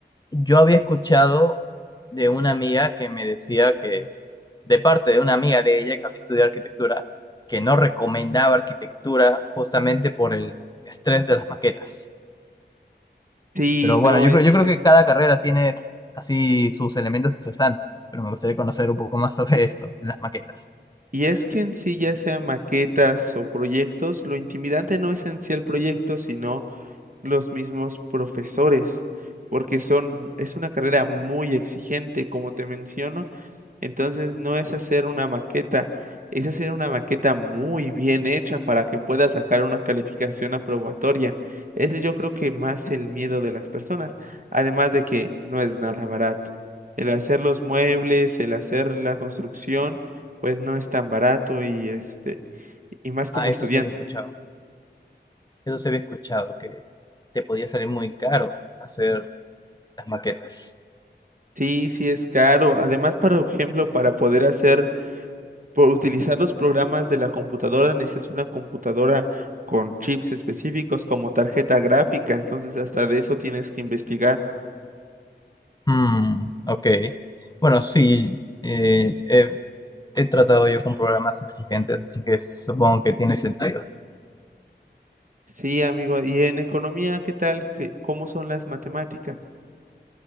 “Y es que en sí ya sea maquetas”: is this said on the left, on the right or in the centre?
Right